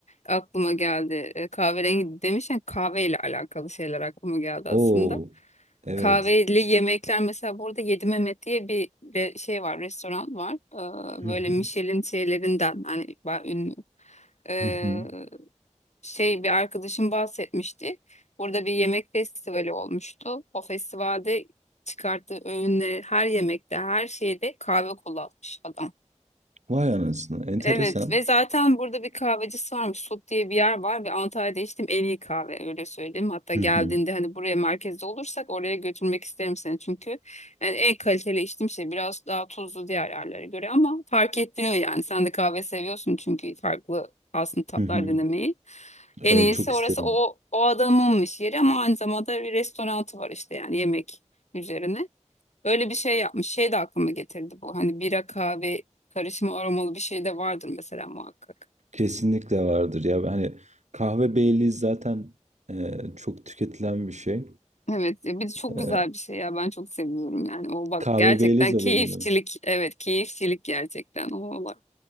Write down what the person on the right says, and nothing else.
Oo,
evet.
Hı
hı,
hı hı.
Vay anasını. Enteresan.
Hı
hı,
hı hı.
Evet,
çok isterim.
Kesinlikle vardır ya. Hani kahve Baileys zaten e, çok tüketilen bir şey.
E,
kahve
Baileys olayını
mı?